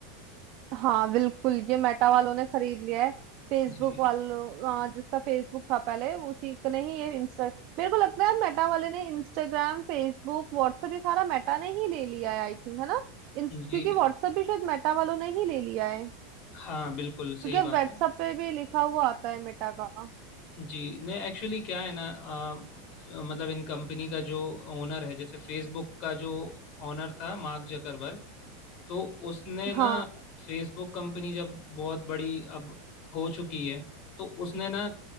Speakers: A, on the right; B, on the left.
A: हाँ बिल्कुल ये मेटा वालों ने खरीद लिया है फेसबुक
B: जी
A: वालों आ, जिसका फेसबुक था पहले उसी का नहीं ये इंस्टा मेरे को लगता है मेटा वाले ने इंस्टाग्राम फेसबुक व्हाट्सएप ये सारा मेटा ने ही ले लिया है आई थिंक है ना इंस-
B: जी
A: क्योंकि व्हाट्सएप भी शायद मेटा वालों ने ही ले लिया है
B: हाँ बिल्कुल
A: क्योंकि
B: सही बात
A: व्हाट्सएप
B: है
A: पे भी लिखा हुआ आता है मेटा का
B: जी नहीं एक्चुअली क्या है ना आ, फ- मतलब इन कंपनी का जो ओनर है जैसे फेसबुक का जो ओनर था मार्क जकरबर्ग तो उसने ना
A: हाँ
B: फेसबुक कंपनी जब बहुत बड़ी अब हो चुकी है तो उसने ना